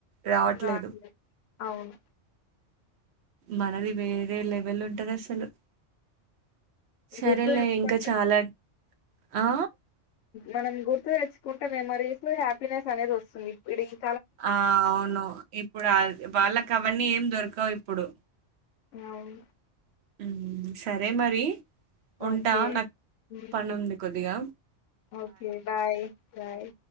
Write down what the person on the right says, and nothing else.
రావట్లేదు
మనది వేరే లెవెల్ ఉంటది అసలు సరేలే
ఇంకా చాలా ఆ
ఆ అవును ఇప్పుడు అల్ వాళ్ళకి అవన్నీ ఏం దొర కవు ఇప్పుడు
మ్ సరే మరి ఉంటా
నాకు
పని ఉంది కొద్దిగా